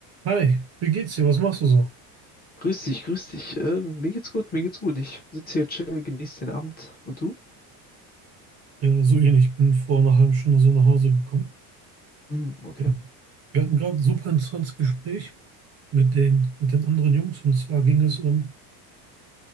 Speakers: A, on the right (about 35°); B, on the left (about 20°).
A: Hi, wie geht's dir? Was machst du so?
B: Grüß dich, grüß dich. Äh, mir geht's gut, mir geht's gut. Ich sitze hier chill, genieße den Abend. Und du?
A: Ja, so ähnlich. Ich bin vor einer halben Stunde so nach Hause gekommen.
B: Hm, okay.
A: Ja. Wir hatten gerade ein super interessantes Gespräch mit den, mit den anderen Jungs und zwar ging es um